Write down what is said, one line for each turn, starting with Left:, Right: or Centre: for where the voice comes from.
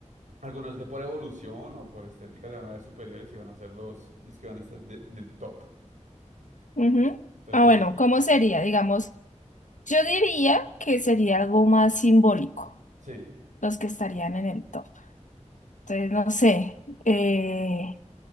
Right: algunos que por evolución o por estética se van a ver superiores y van a ser los, los que van a estar de- en el top.
Left: Ujú.
Right: Entonces
Left: Ah,
Right: yo
Left: bueno,
Right: no sé.
Left: ¿cómo sería? Digamos, yo diría que sería algo más simbólico,
Right: Sí.
Left: los que estarían en el top. Entonces, no sé, eh,